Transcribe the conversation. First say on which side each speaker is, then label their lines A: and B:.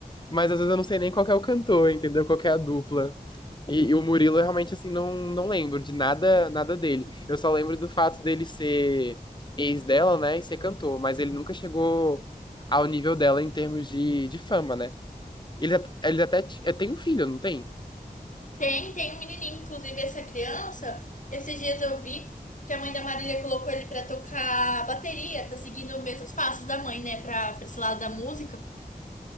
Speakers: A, on the left; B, on the left.
A: Mas às vezes eu não sei nem qual que é o cantor, entendeu? Qual que é a dupla. E, e o Murilo, eu realmente, assim, não, não lembro de nada, nada dele. Eu só lembro do fato dele ser ex dela, né? E ser cantor. Mas ele nunca chegou ao nível dela em termos de, de fama, né? Ele, at- ele até ti- é, tem um filho, não tem?
B: Tem, tem um menininho, inclusive essa criança, esses dias eu vi que a mãe da Marília colocou ele pra tocar bateria, tá seguindo os mesmos passos da mãe, né, pra, pra esse lado da música.